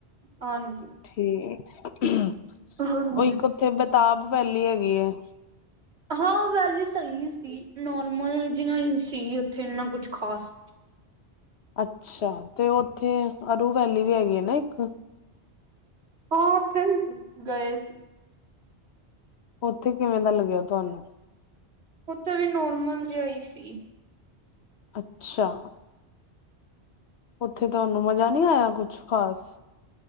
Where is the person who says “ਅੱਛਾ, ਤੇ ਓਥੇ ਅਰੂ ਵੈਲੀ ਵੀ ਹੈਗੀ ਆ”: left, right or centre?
Left